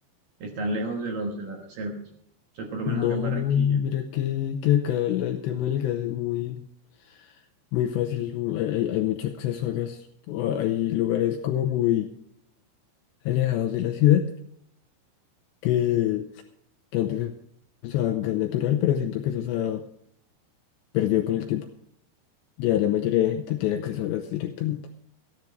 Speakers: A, on the right; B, on the left.
A: están lejos de los de las reservas. Entonces, por lo
B: no,
A: menos acá en Barranquilla
B: mira que, que acá la- el tema del gas es muy, muy fácil, mu- hay, hay- hay mucho acceso a gas. o Hay lugares como muy alejados de la ciudad que, que antes usaban gas natural, pero siento que eso se ha perdido con el tiempo. Ya la mayoría de gente tiene acceso a gas directamente.